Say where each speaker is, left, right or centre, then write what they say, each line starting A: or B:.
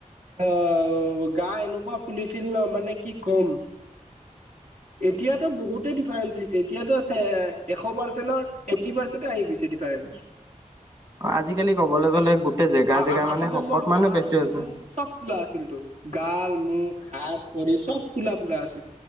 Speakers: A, on the right; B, on the right.
A: অ' গা এনেকুৱা ফুলিছিল ন' মানে কি ক'ম। এতিয়াতো বহুতে ডিফাৰেন্স আহিছে, এতিয়াতো এশ পাৰ্চেণ্টৰ এইটি পাৰ্চেণ্ট আহি গৈছে ডিফাৰেন্ঞ্চ।
B: আজিকালি
A: <inaudible>
B: ক'বলৈ গ'লে গোটেই জেগা
A: আ-আগতে
B: জেগা মানে শকত
A: মোৰ
B: মানুহ
A: গাল,
B: বেছি হৈছে
A: মুখ চব ফুলা আছিলতো। গাল, মুখ, হাত, ভৰি চব ফুলা ফুলা আছিল।